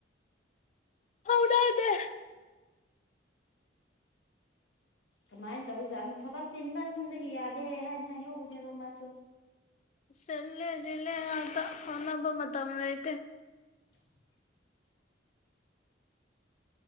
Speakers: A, on the left; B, on the left.
A: ꯐꯥꯎꯅꯗꯦ
B: ꯀꯃꯥꯏꯅ ꯇꯧꯔꯤꯖꯥꯠꯅꯣ ꯊꯕꯛ ꯆꯤꯟꯕꯟꯕꯗꯒꯤ ꯌꯥꯗꯦ ꯍꯥꯏꯅ ꯍꯥꯏꯍꯧꯕꯅꯦꯕ ꯃꯥꯁꯨ
A: ꯆꯤꯜꯂꯦ ꯆꯤꯜꯂꯦ ꯌꯥꯝꯅꯥ ꯐꯥꯎꯅꯕ ꯃꯇꯝ ꯂꯩꯇꯦ
B: <unintelligible>